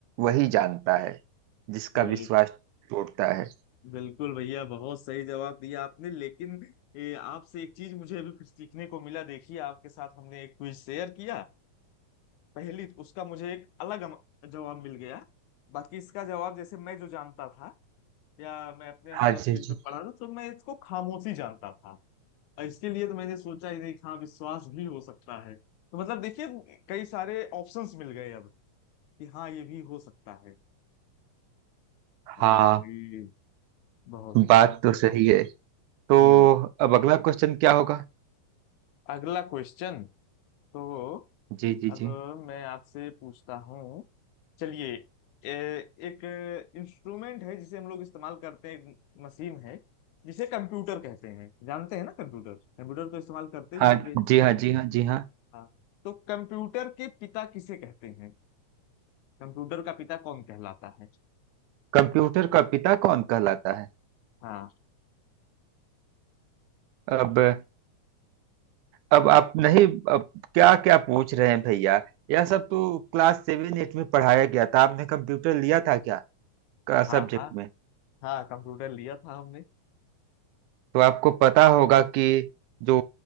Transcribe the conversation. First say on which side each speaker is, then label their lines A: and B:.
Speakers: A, on the right (about 90°); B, on the left (about 80°).
A: वही जानता है जिसका
B: बिल,
A: विश्वास टूटता है
B: बिल्कुल भैया बहुत सही जवाब दिया आपने लेकिन ए, आपसे एक चीज मुझे अभी फिर सीखने को मिला देखिए आपके साथ हमने एक क्विज शेयर किया पहली उसका मुझे एक अलग अम- जवाब मिल गया बाकी इसका जवाब जैसे मैं जो जानता था या मैं अपने स्तर
A: हाँ जी
B: से जो
A: जी
B: पढ़ा था तो मैं इसको खामोशी जानता था और इसके लिए तो मैंने सोचा ही नहीं कि हाँ विश्वास भी हो सकता है तो मतलब देखिए कई सारे ऑप्शंस मिल गए अब कि हाँ ये भी हो सकता है वाह
A: हाँ
B: भाई बहुत
A: बात तो सही है तो
B: हम्म
A: अब अगला क्वेश्चन क्या होगा
B: अगला क्वेश्चन तो
A: जी जी
B: अब
A: जी
B: मैं आपसे पूछता हूँ चलिए ए- एक इंस्ट्रूमेंट है जिसे हम लोग इस्तेमाल करते हैं एक मशीन है जिसे कंप्यूटर कहते हैं जानते हैं ना कंप्यूटर कंप्यूटर तो इस्तेमाल करते ही
A: हाँ
B: होंगे
A: जी हाँ जी हाँ जी हाँ
B: हाँ तो कंप्यूटर के पिता किसे कहते हैं कंप्यूटर का पिता कौन कहलाता है
A: कंप्यूटर का पिता कौन कहलाता है
B: हाँ
A: अब अब आप नहीं अब क्या क्या पूछ रहे हैं भैया यह सब तो क्लास सेवन एट में पढ़ाया गया था आपने कंप्यूटर लिया था क्या का
B: हाँ
A: सब्जेक्ट
B: हाँ
A: में
B: हाँ कंप्यूटर लिया था हमने
A: तो आपको पता होगा कि जो